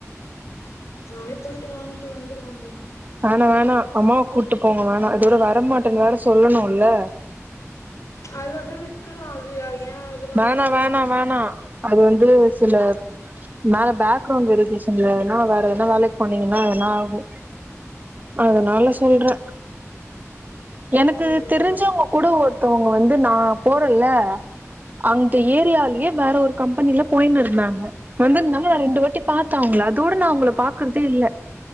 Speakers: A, on the left; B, on the right.
A: நானே போயிட்டு வாங்கிட்டு வந்துருவேங்க
B: வேணா வேணா அம்மாவ கூட்டு போங்க வேணா இதோட வரமாட்டேன் வேற சொல்லணுல்ல
A: அது அப்டியே விட்ருலா அது ஏ அதுலா
B: வேணா
A: வேற கேப்பாங்களா
B: வேணா வேணா அது வந்து சில மேல பேக்ரவுண்ட் வெரிபிகேஷன்லனா வேறதெனா வேலைக்கு போனீங்கன்னா எதனா ஆகும் அதுனால சொல்றே எனக்கு
A: ஐயோ
B: தெரிஞ்ச ஒ குட ஒருத்தவங்க வந்து நான போறேல்ல அந்த ஏரியாலயே
A: ம்
B: வேற ஒரு கம்பெனில போய்னு இருந்தாங்க வந்திருந்தாங்க ரெண்டு வாட்டி பாத்தே அவங்கள அதோட நா அவங்கள பாக்குறதே இல்ல